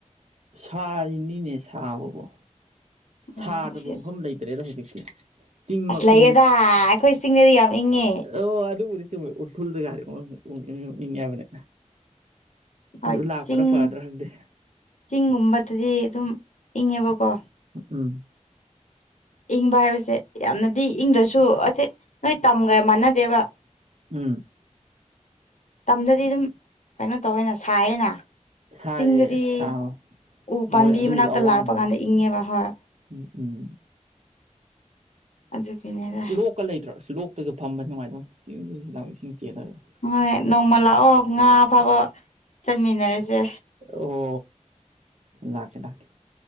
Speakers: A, on the right; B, on the left.
A: ꯁꯥꯅꯤꯅꯦ ꯁꯥ ꯍꯕ
B: ꯎꯝ
A: ꯁꯥꯗꯕ
B: ꯑꯁꯤ
A: ꯃꯐꯝ ꯂꯩꯇ꯭ꯔꯦꯗ ꯍꯧꯖꯤꯛꯇꯤ ꯇꯤꯤꯡꯃ
B: ꯑꯁ
A: ꯀ
B: ꯂꯩꯌꯦꯗ ꯑꯩꯈꯣꯏ ꯆꯤꯡꯗꯗꯤ ꯌꯥꯝ ꯏꯪꯉꯦ
A: ꯑꯣ ꯑꯗꯨ ꯎꯔꯤꯁꯤ ꯎꯈꯨꯜꯗ ꯥꯔꯤ ꯑꯣ ꯏꯪꯉꯦ ꯍꯥꯏꯕꯅꯦ
B: ꯍꯣꯏ
A: ꯑꯗꯨ ꯂꯥꯛꯄꯅ
B: ꯆꯤꯡ
A: ꯐꯗ꯭ꯔꯥ ꯈꯪꯗꯦ
B: ꯆꯤꯡꯒꯨꯝꯕꯗꯗꯤ ꯑꯗꯨꯝ ꯏꯪꯉꯦꯕꯀꯣ
A: ꯎꯝ
B: ꯏꯪꯕ ꯍꯥꯏꯕꯁꯦ ꯌꯥꯝꯅꯗꯤ ꯏꯪꯗ꯭ꯔꯁꯨ ꯑ ꯅꯣꯏ ꯇꯝꯒ ꯃꯥꯟꯅꯗꯦꯕ
A: ꯎꯝ
B: ꯇꯝꯗꯗꯤ ꯑꯗꯨꯝ ꯀꯩꯅꯣ ꯇꯧꯋꯦꯅ ꯁꯥꯏꯌꯦꯅ
A: ꯁꯥꯏ
B: ꯆꯤꯡꯗꯗꯤ
A: ꯁꯍꯣ
B: ꯎ ꯄꯥꯝꯕꯤ
A: ꯃꯣꯏ ꯑꯗꯨꯕꯨꯗꯤ
B: ꯃꯅꯥꯛꯇ
A: ꯑꯋꯥꯡꯕꯅꯤꯅ
B: ꯂꯥꯛꯄ ꯀꯥꯟꯗ ꯏꯪꯉꯦꯕ ꯍꯣꯏ
A: ꯎꯝ ꯎꯝ ꯎꯝ
B: ꯑꯗꯨꯒꯤꯅꯦꯗ
A: ꯂꯂ ꯏꯇꯔ ꯐ ꯐꯝꯕꯅꯃꯥꯏ ꯇꯧꯅ ꯍꯤ ꯂꯥꯎ ꯏꯁꯤꯡ ꯆꯦꯜꯂꯒ
B: ꯍꯣꯏ ꯅꯣꯡꯃ ꯂꯥꯛꯑꯣ ꯉꯥ ꯐꯥꯕ ꯆꯟꯃꯤꯟꯅꯔꯁꯦ
A: ꯑꯣ ꯂꯥꯛꯀꯦ ꯂꯥꯛꯀꯦ